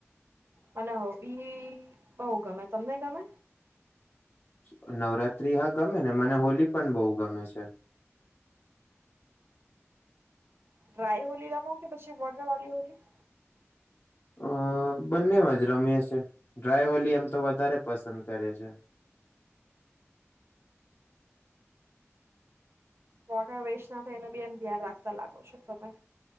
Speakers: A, on the right; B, on the left.
A: મને હોડી બી બોઉ ગમે. તમને ગમે?
B: શું નવરાત્રી? હા ગમે ને, મને હોલી પણ બઉ ગમે છે.
A: ડ્રાય હોલી રમો કે, પછી વોટરવાલી હોલી?
B: અ બંનેવ જ રમીએ છીએ, ડ્રાય હોલી એમ તો વધારે પસંદ કરીએ છે.
A: વોટર વેસ્ટ ના થાય, એનું બી એમ ધ્યાન રાખતા લાગો છો તમે.